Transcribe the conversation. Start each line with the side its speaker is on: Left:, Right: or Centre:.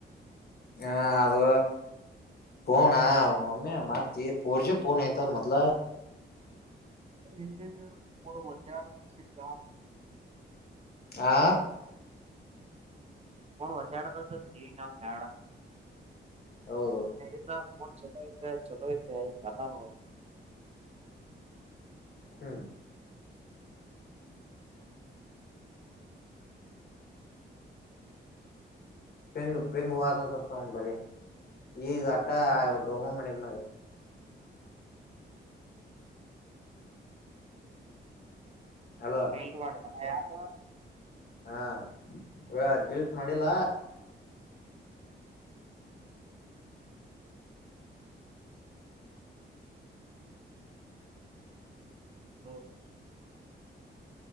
Left: ಹ್ಮ ಅದು ಪಣ ಆ ಅೆ ಮತ್ತತಿ ಪೋರ್ಚ ಪಣ ತ ಮತ್ಲ
Right: ಇ ಬ ಒಾರ ಯಾ
Left: ಆ
Right: ಹ ಒಾರೆ ತ ಸ ಜವ ನ ನಳ
Left: ಹೌದು
Right: ಎ ಮನ್ ಚಲೋತ ಚಲೋಯತ ನತಾಮ
Left: ಹಾ್ ಪಿಂಗ ಪಿಂಂಗ ಹತತ ಬರಿ ಈಗ ಅಟಾ ಡೊಲ್ ಮಾಡನ್ನಿರ್ಂದಾಗ ಅಲೋ
Right: ನಿ ಮಾಡ ಯತ
Left: ಹಾ ಈ ಲ್ಟ್ ಮಾಡಿಲ್ಲ
Right: ಹೌ